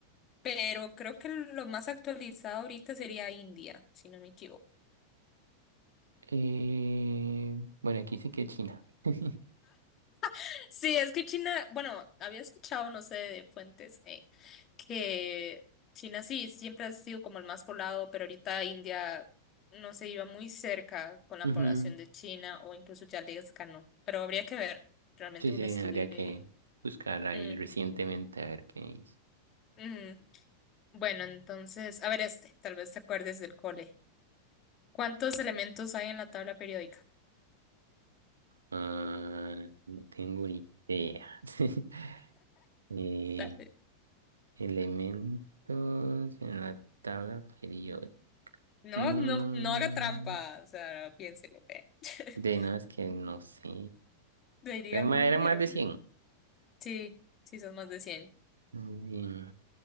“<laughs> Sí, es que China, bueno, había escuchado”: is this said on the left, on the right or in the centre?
Left